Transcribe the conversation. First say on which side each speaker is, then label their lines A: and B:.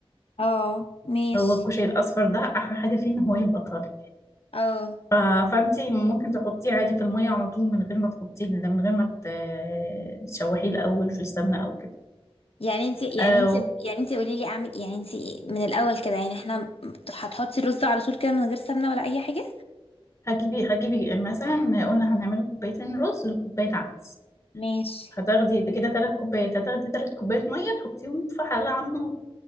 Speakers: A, on the left; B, on the left.
A: اه ماشي
B: هو الكشري الاصفر ده احلى حاجه فيه ان هو يبقى طري
A: اه
B: ف... فانتي ممكن تحطيه عادي في الميه على طول من غير ما تحطيه من غير ما ت- تشوحيه الاول في السمنه او كده
A: يعني انت يعني
B: أو
A: انت يعني انت قولي لي اعمل يعني انت من الاول كده يعني احنا هتحطي الرز على طول كده من غير سمنه ولا اي حاجه
B: هجيبي هجيبي مثلا قلنا هنعمل كوبايتين رز وكوبايه عدس
A: ماشي
B: هتاخدي كده تلات كوبايات هتاخدي تلات كوبايات ميه تحطيهم في حله على النار